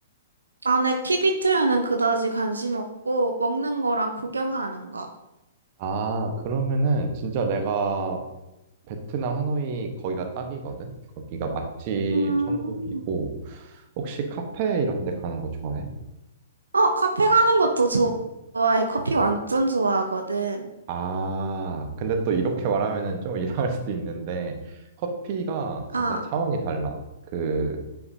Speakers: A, on the right; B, on the right.
A: 난 액티비티에는 그다지 관심 없고, 먹는 거랑 구경하는 거.
B: 아, 그러면은 진짜 내가 베트남 하노이 거기가 딱이거든? 거기가 맛집
A: 음,
B: 천국이고 혹시 카페 이런 데 가는 거 좋아해?
A: 어, 카페 가는 것도 좋아해. 커피 완전 좋아하거든.
B: 아, 근데 또 이렇게 말하면은 좀 <laughs> 이상할 수도 있는데 커피가 진짜
A: 아,
B: 차원이 달라. 그